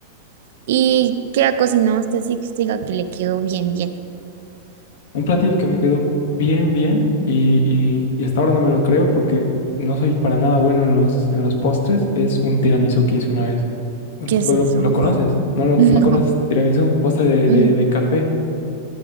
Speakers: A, on the right; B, on the left.
A: ¿Y qué ha cocinado usted sí que usted diga que le quedó bien, bien?
B: Un platillo que me quedó bien, bien y, y- y hasta ahora no me lo creo porque no soy para nada bueno en los, en los postres es un tiramisú que hice una vez. Un-
A: ¿Qué
B: ¿Tú
A: es
B: lo,
A: eso?
B: lo conoces? ¿No, lo,
A: <laughs>
B: no conoces tiramisú? Postre de,
A: No.
B: de- de café.